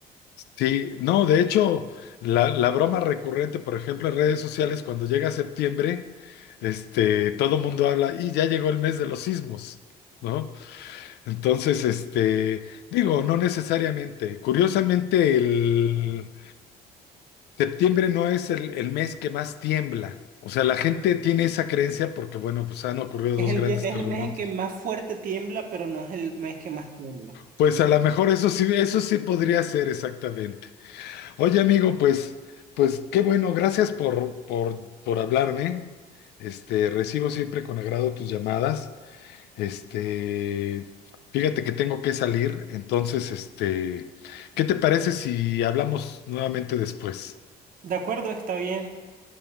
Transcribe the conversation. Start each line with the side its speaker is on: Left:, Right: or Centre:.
Left: Sí, no, de hecho, la, la broma recurrente, por ejemplo, en redes sociales, cuando llega septiembre, este, todo mundo habla y ya llegó el mes de los sismos, ¿no? Entonces, este, digo, no necesariamente. Curiosamente, el septiembre no es el, el mes que más tiembla. O sea, la gente tiene esa creencia porque, bueno, pues han ocurrido
Right: Es
Left: dos
Right: el,
Left: grandes
Right: vie- es
Left: terremotos.
Right: el mes en que más fuerte tiembla, pero no es el mes que más tiembla.
Left: Pues a lo mejor eso sí, eso sí podría ser exactamente. Oye, amigo, pues, pues qué bueno, gracias por, por, por hablarme. Este, recibo siempre con agrado tus llamadas. Este, fíjate que tengo que salir, entonces, este, ¿qué te parece si hablamos nuevamente después?
Right: De acuerdo, está bien.